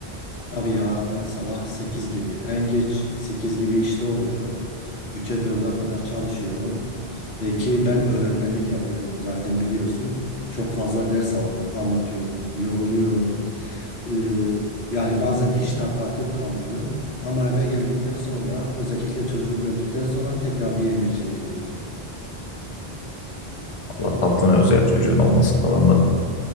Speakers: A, on the left; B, on the left.
A: Tabii ya ben sabah 8 gibi en geç 8 gibi işte oluyorum. üçe dörde kadar çalışıyorum. Ee, ki ben öğretmenlik yapıyorum zaten biliyorsun. Çok fazla ders al- anlatıyorum, yoruluyorum. Ee, yani bazen hiç takatim kalmıyor. Ama eve geldikten sonra özellikle çocuğu gördükten sonra tekrar bir enerji geliyor.
B: Allah tatlı mevzu ya çocuğun olması falan. Ben